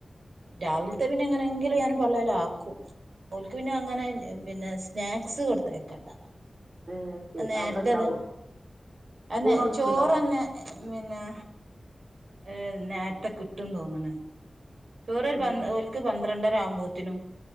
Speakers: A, on the right; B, on the right.
A: രാവിൽത്തെ പിന്നെ എങ്ങനെങ്കിലും ഞാന് പള്ളേലാക്കും ഓൽക്ക് പിന്നെ അങ്ങനെ പിന്നെ സ്നാക്സ് കൊടുത്തയക്കണ്ട
B: ഏഹ് ശരി
A: നേരത്തെ
B: അവിടെ ഉണ്ടാവും
A: തന്നെ
B: സ്കൂളൊന്നും
A: അതന്നേ ചോറ്ന്നെ
B: ഉണ്ടാവും
A: പിന്നെ ഏഹ് നേരത്തെ കിട്ടുംന്ന് തോന്ന്ണ് ചോറൊരു
B: ഉം
A: പ ഓൽക്ക് പന്ത്രണ്ടര ആവുമ്പോത്തിനും